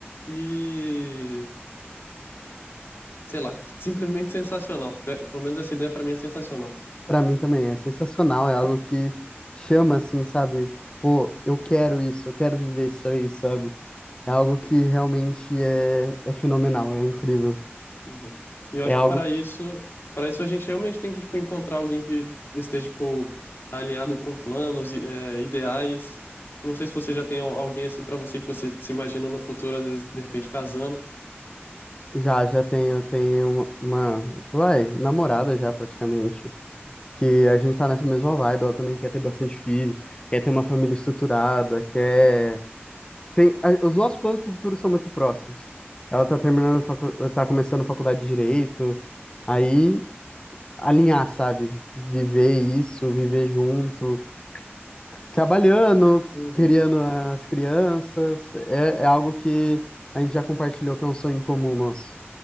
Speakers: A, on the left (about 60°); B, on the left (about 20°).
A: e, sei lá, simplesmente sensacional. Pe- Pelo menos essa ideia pra mim é sensacional.
B: Pra mim também é sensacional, é algo que chama assim, sabe? Pô, eu quero isso, eu quero viver isso aí, sabe? É algo que realmente é, é fenomenal, é incrível.
A: Uhum. E eu
B: É
A: acho
B: algo
A: que para isso, para isso a gente realmente tem que, tipo, encontrar alguém que esteja, tipo, alinhado com planos, e, eh, ideais. Não sei se você já tem al- alguém assim para você que você se imagina no futuro, às vezes, de repente, casando.
B: Já, já tenho, tenho uma, vai, namorada já praticamente, que a gente tá nessa mesma vibe, ela também quer ter bastante filho, quer ter uma família estruturada, quer... Tem, a- os nossos planos pro futuro são muito próximos. Ela tá
A: Uhum.
B: terminando, facu... tá começando faculdade de Direito, aí alinhar, sabe? Viver isso, viver junto, trabalhando,
A: Uhum.
B: criando as crianças. É, é algo que a gente já compartilhou, que é um sonho em comum nosso.